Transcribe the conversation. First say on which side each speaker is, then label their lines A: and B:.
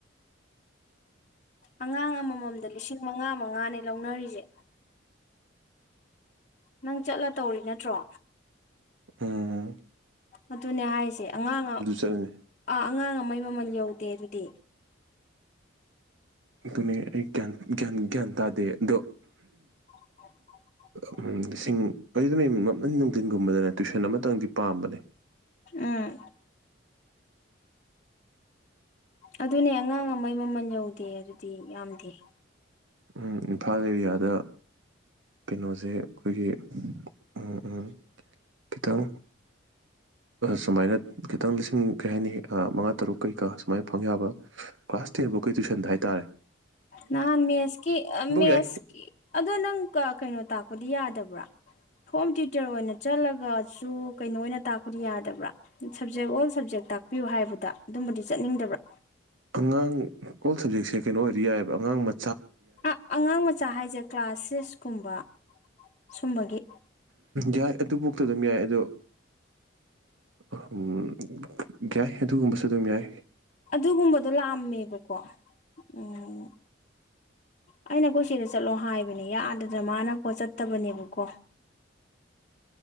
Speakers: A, on the left (about 35°); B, on the right (about 75°).
A: ꯑꯉꯥꯡ ꯑꯃ ꯑꯃꯃꯝꯗ ꯂꯤꯁꯤꯡ ꯃꯉꯥ ꯃꯉꯥꯅꯤ ꯂꯧꯅꯔꯤꯁꯦ ꯅꯪ ꯆꯠꯂ ꯇꯧꯔꯤ ꯅꯠꯇ꯭ꯔꯣ
B: ꯎꯝꯝ
A: ꯑꯗꯨꯅꯦ ꯍꯥꯏꯔꯤꯁꯦ ꯑꯉꯥꯡ ꯑꯥ
B: ꯆꯠꯂꯅꯤ
A: ꯑꯉꯥꯡ ꯑꯃ ꯃ ꯃꯩ ꯃꯃꯜ ꯌꯧꯗꯦ ꯑꯗꯨꯗꯤ
B: ꯑꯗꯨꯅꯦ ꯑꯩ ꯒ꯭ꯌꯥꯟ ꯇꯥꯗꯦ ꯑꯗꯣ
A: ꯍ
B: ꯎ ꯂꯤꯁꯤꯡ ꯑꯩꯔꯤꯗꯅ ꯅꯨꯡꯊꯤꯟꯒꯨꯝꯕꯗꯅꯦ ꯇ꯭ꯋꯨꯏꯁꯟ ꯑꯃꯇꯪꯗꯤ ꯄꯥꯝꯕꯅꯦ
A: ꯎꯝ ꯑꯗꯨꯅꯦ ꯑꯉꯥꯡ ꯑꯃꯒꯤ ꯃꯃꯜ ꯌꯧꯗꯦ ꯑꯗꯨꯗꯤ ꯌꯥꯝꯗꯦ
B: ꯎ ꯏꯝꯐꯥꯜ ꯑꯦꯔꯤꯌꯥꯗ ꯀꯩꯅꯣꯁꯦ ꯑꯩꯈꯣꯏꯒꯤ ꯎꯝ ꯎꯝ ꯈꯤꯇꯪ ꯁꯨꯃꯥꯏꯅ ꯈꯤꯇꯪ ꯂꯤꯁꯤꯡ ꯀꯔꯤ ꯍꯥꯏꯅꯤ ꯃꯉꯥ ꯇꯔꯨꯛ ꯀꯩꯀꯥ ꯁꯨꯃꯥꯏꯅ ꯐꯪ ꯌꯥꯕ ꯀ꯭ꯂꯥꯁ ꯇꯦꯟꯐꯧ ꯀꯩ ꯇꯨꯏꯁꯟꯗ ꯍꯥꯏ ꯇꯔꯦ
A: ꯅꯍꯥꯟ ꯃꯦꯁꯀꯤ ꯃꯦꯁꯀꯤ
B: ꯌꯥꯏ
A: ꯑꯗꯣ ꯅꯪ ꯀꯩꯅꯣ ꯇꯥꯛ ꯄꯗꯤ ꯌꯥꯗꯕ꯭ꯔꯥ ꯍꯣꯝ ꯇ꯭ꯌꯨꯇꯔ ꯑꯣꯏꯅ ꯆꯠꯂꯒꯁꯨ ꯀꯩꯅꯣ ꯑꯣꯏꯅ ꯇꯥꯛꯄꯗꯤ ꯌꯥꯗꯕ꯭ꯔꯥ ꯁꯞꯖꯦꯛ ꯑꯣꯜ ꯁꯞꯖꯦꯛ ꯇꯥꯛꯄꯤꯌꯨ ꯍꯥꯏꯕꯗ ꯑꯗꯨꯝꯕꯗꯤ ꯆꯠꯅꯤꯡꯗꯕ꯭ꯔꯥ
B: ꯑꯉꯥꯡ ꯑꯣꯜ ꯁꯕꯖꯦꯛꯁꯦ ꯀꯩꯅꯣ ꯑꯣꯏꯔꯤ ꯌꯥꯏꯑꯕ ꯑꯉꯥꯡ ꯃ
A: ꯑ ꯑꯉꯥꯡ ꯃꯆꯥ ꯍꯥꯏꯁꯦ ꯀ꯭ꯂꯥꯁ ꯁꯤꯁ ꯀꯨꯝꯕ ꯁꯨꯝꯕꯒꯤ
B: ꯌꯥꯏ ꯑꯗꯨꯐꯥꯎꯗ ꯑꯗꯨꯝ ꯌꯥꯏ ꯑꯗꯣ ꯍꯝ ꯌꯥꯏ ꯑꯗꯨꯒꯨꯝꯕꯁꯨ ꯑꯗꯨꯝ ꯌꯥꯏ
A: ꯑꯗꯨꯒꯨꯝꯕꯗꯣ ꯂꯥꯛꯑꯝꯃꯦꯕꯀꯣ ꯎꯝ ꯑꯩꯅꯈꯣꯏ ꯁꯤꯗ ꯆꯠꯂꯣ ꯍꯥꯏꯕꯅꯦ ꯌꯥꯗꯗꯅ ꯃꯥꯅꯀꯣ ꯆꯠ ꯐꯠꯇꯕꯅꯦꯕꯀꯣ